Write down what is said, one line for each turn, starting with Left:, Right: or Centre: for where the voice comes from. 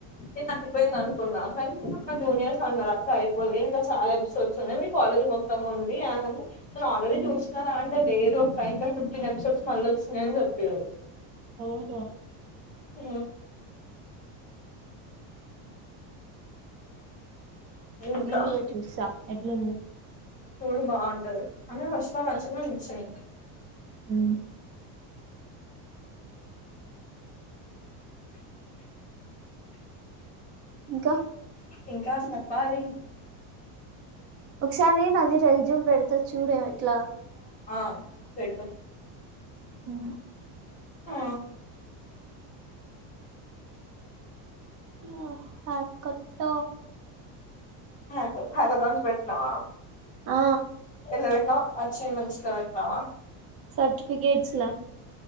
Left: నేను అయిపోయిందను అనుకున్న కానీ మా జూనియర్స్ అందరు అక్క అయిపోలే ఇంకా చాలా ఎపిసోడ్స్ ఉన్నాయి మీ కాలేజ్ మొత్తం ఉంది అ నేను ఆల్రెడీ
Right: ఉమ్
Left: చూస్తునారా అంటే లేదు ఒక ఇంకా ఫిఫ్టీన్ ఎపిసోడ్స్ మళ్ళీ వచ్చినాయని చెప్పారు
Right: అవునా
Left: అ ఇంకా
Right: నేను కూడా చూస్తా ఎట్లుందో
Left: చూడు బాగుంటది అని వస్తా మంచిగా నచ్చాయి
Right: ఉమ్ ఇంకా
Left: ఇంకా చెప్పాలి
Right: ఒకసారి నది రెస్యూమ్ పెడుతా చూడు ఎట్లా
Left: ఆ పెట్టు
Right: మ్
Left: ఆ
Right: ఆహకత్త
Left: హై హైదరాబాద్ ది పెెట్నావా
Right: ఆ
Left: ఎల్ల పెట్టినావు అచ్ ఈ మెయిల్ల పెట్టినవా
Right: సర్టిఫికెట్స్లా